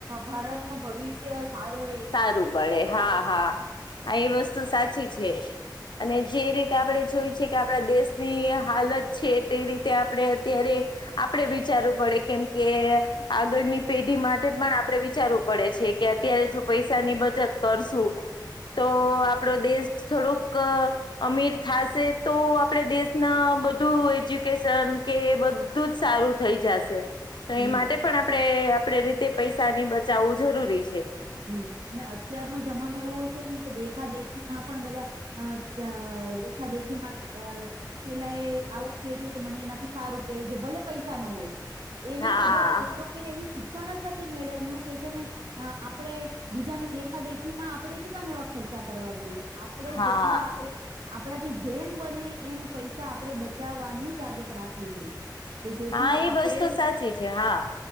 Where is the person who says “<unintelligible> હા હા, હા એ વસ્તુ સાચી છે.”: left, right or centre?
Left